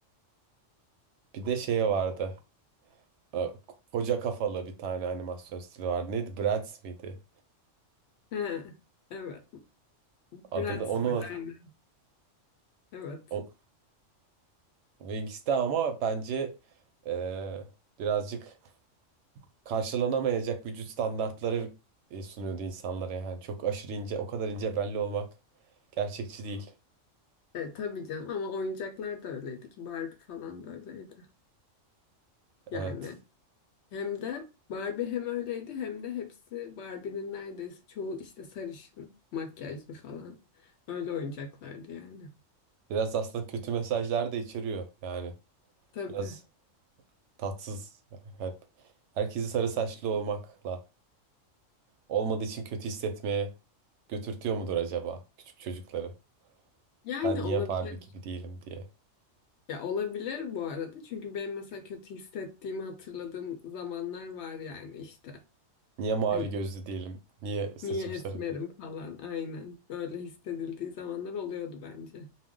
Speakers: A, on the right; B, on the left.
A: Bir de şey vardı. e, Koca kafalı bir tane animasyon stili vardı. Neydi? Bratz miydi?
B: He, evet. Bratz
A: Adını onun
B: var aynen. Evet.
A: o, Wings'te ama bence e, birazcık karşılanamayacak vücut standartları e, sunuyordu insanlara yani. Çok aşırı ince, o kadar ince belli olmak gerçekçi değil.
B: E, tabii canım ama oyuncaklar da öyleydi ki Barbie falan da öyleydi. Yani
A: Evet.
B: hem de Barbie hem öyleydi hem de hepsi Barbie'nin neredeyse çoğu işte sarışın, makyajlı falan. Öyle oyuncaklardı yani.
A: Biraz aslında kötü mesajlar da içeriyor yani.
B: Tabii.
A: Biraz tatsız. Hep herkesi sarı saçlı olmakla olmadığı için kötü hissetmeye götürtüyor mudur acaba küçük çocukları?
B: Yani
A: Ben niye
B: olabilir.
A: Barbie gibi değilim diye.
B: Ya olabilir bu arada. Çünkü benim mesela kötü hissettiğimi hatırladığım zamanlar var yani işte.
A: Niye mavi
B: Hani
A: gözlü değilim? Niye saçım
B: niye esmerim
A: sarı değil?
B: falan aynen. Öyle hissedildiği zamanlar oluyordu bence.